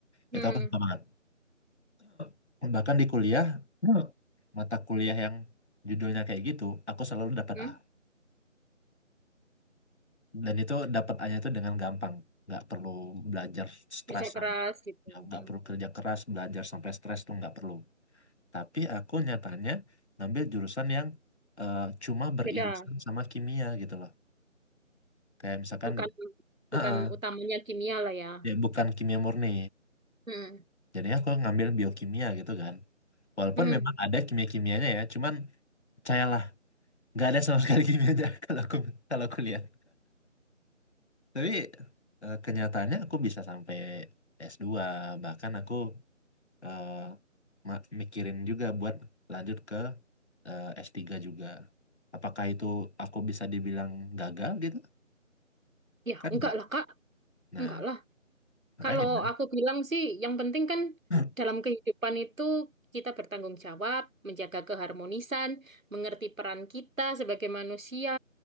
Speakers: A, on the right; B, on the left.
A: Mhm.
B: Itu aku suka banget. <clears throat> Bahkan di kuliah, <clears throat> mata kuliah yang judulnya kayak gitu, aku selalu dapat
A: Mhm.
B: A. Dan itu dapat A-nya itu dengan gampang. Nggak perlu belajar stresan.
A: Kerja keras gitu.
B: Ya,
A: Mhm.
B: nggak perlu kerja keras, belajar sampai stres tuh nggak perlu. Tapi aku nyatanya ngambil jurusan yang eh, cuma beririsan
A: Beda,
B: sama kimia gitu loh. Kayak misalkan,
A: bukan
B: <clears throat>
A: bukan
B: eh, eh,
A: utamanya kimia lah ya.
B: ya bukan kimia murni.
A: Mhm.
B: Jadi aku ngambil biokimia gitu kan. Walaupun
A: Mhm.
B: memang ada kimia-kimianya ya, cuman percayalah, nggak ada sama sekali kimianya <laughs> kalau aku kalau aku lihat. Tapi eh, kenyataannya aku bisa sampai S2, bahkan aku eh, ma- mikirin juga buat lanjut ke eh, S3 juga. Apakah itu aku bisa dibilang gagal gitu?
A: Ya,
B: Kan
A: enggak
B: nggak.
A: lah Kak.
B: Nah,
A: Enggak lah.
B: makanya
A: Kalau
B: kan.
A: aku bilang sih, yang penting kan
B: <clears throat>
A: dalam kehidupan itu kita bertanggung jawab, menjaga keharmonisan, mengerti peran kita sebagai manusia,